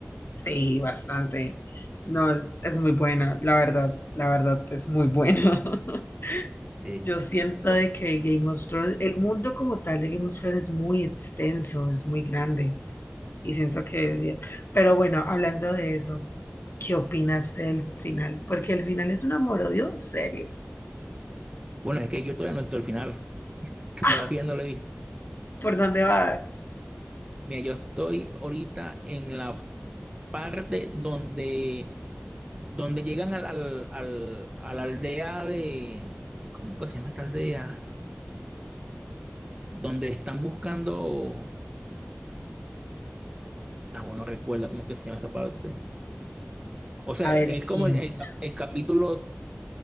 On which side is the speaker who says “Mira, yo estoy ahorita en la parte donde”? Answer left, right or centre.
Right